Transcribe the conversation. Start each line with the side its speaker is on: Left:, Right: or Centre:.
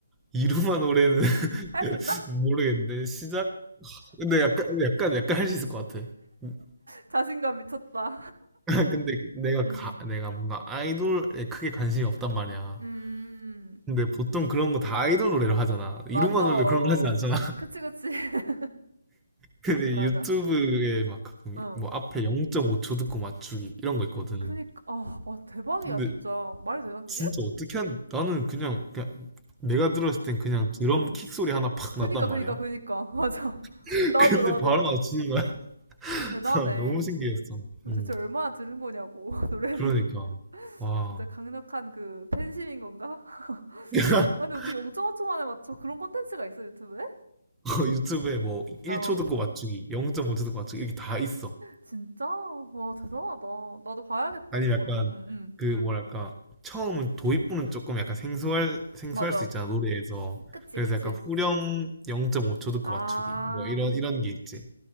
Centre: 이루마 노래는 <laughs>
Right: 할 수 있나?
Centre: 모르겠는데, 시작? 근데 약간, 약간, 약간 할 수 있을 것 같아. <laughs>
Right: <laughs> 자신감 미쳤다.
Centre: 근데 내가
Right: 음,
Centre: 가, 내가 뭔가 아이돌에 크게 관심이 없단 말이야.
Right: 음,
Centre: 근데 보통 그런 거 다 아이돌 노래로 하잖아.
Right: 맞아.
Centre: 이루마 노래 그런 거 하진 않잖아. <laughs>
Right: 그치, 그치. <laughs>
Centre: 근데
Right: 맞아.
Centre: 유튜브에 막 가끔
Right: 어.
Centre: 뭐 앞에 0.5초 듣고 맞추기 이런 거 있거든.
Right: 그니까, 아, 와, 대박이야,
Centre: 근데
Right: 진짜. 말이 되나, 그게?
Centre: 진짜 어떻게 하는, 나는 그냥, 그냥 내가 들었을 땐 그냥 드럼
Right: 음.
Centre: 킥 소리 하나 팍
Right: 그니까,
Centre: 났단
Right: 그니까,
Centre: 말이야.
Right: 그니까. <laughs> 맞아.
Centre: <laughs>
Right: 나도,
Centre: 근데
Right: 나도.
Centre: 바로 맞추는
Right: 대단해.
Centre: <laughs> 너무 신기했어.
Right: 도대체
Centre: 음.
Right: 얼마나 들은 거냐고 <laughs> 노래를
Centre: 그러니까.
Right: <laughs>
Centre: 와.
Right: 진짜 강력한 그 팬심인 건가? <laughs>
Centre: <laughs>
Right: 아니 어떻게 0.5초 만에 맞춰 그런 콘텐츠가 있어 유튜브에?
Centre: 유튜브에 뭐 1초
Right: 어
Centre: 듣고 맞추기, 0.5초 듣고 맞추기 이렇게 다 있어.
Right: 진짜 와 대단하다 나도 봐야겠다
Centre: 아니면
Right: 그거는
Centre: 약간
Right: 응응
Centre: 그 뭐랄까 처음은 도입부는 조금 약간 생소할 생소할
Right: 맞아
Centre: 수 있잖아 노래에서.
Right: 그치
Centre: 그래서
Right: 그치
Centre: 약간 후렴 0.5초 듣고
Right: 아
Centre: 맞추기
Right: 아
Centre: 뭐 이런 이런 게 있지.